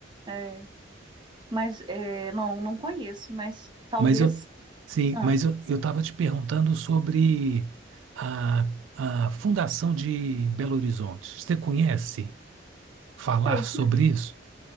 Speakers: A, on the right; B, on the right.
A: É, mas é, não, não conheço, mas talvez.
B: Mas eu, sim,
A: Ah,
B: mas eu, eu estava te perguntando sobre a, a fundação de Belo Horizonte. Você conhece falar
A: sei
B: sobre
A: que
B: isso?